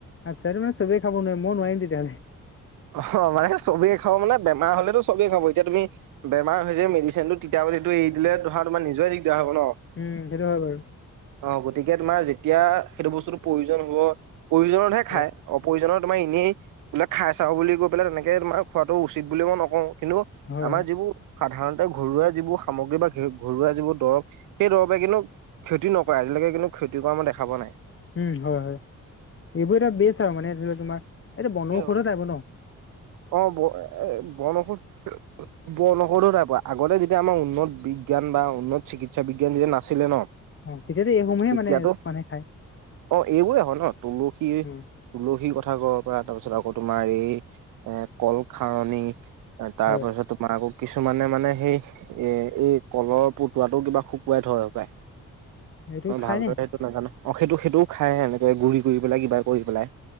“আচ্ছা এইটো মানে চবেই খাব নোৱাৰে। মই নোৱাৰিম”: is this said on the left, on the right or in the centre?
Left